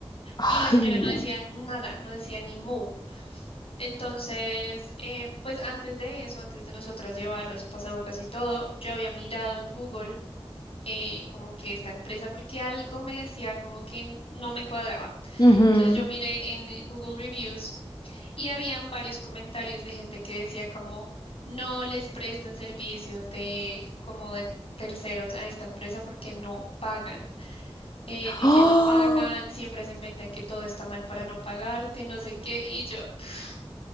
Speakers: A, on the left; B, on the left.
A: Y
B: ay,
A: la señora
B: no.
A: no decía nada, no decía ni mu. Entonces, eh, pues antes de eso, antes de nosotras llevar los pasabocas y todo, yo había mirado en Google eh, como que esta empresa porque algo me decía como que n- no me cuadraba.
B: Ujú.
A: Entonces yo miré en Google Reviews y habían varios comentarios de gente que decía como no les prestan servicios de como de terceros a esta empresa porque no pagan. Eh, dice
B: ¡Ah!
A: no pagan, siempre se inventan que todo está mal para no pagarte, no sé qué, y yo, <laughs>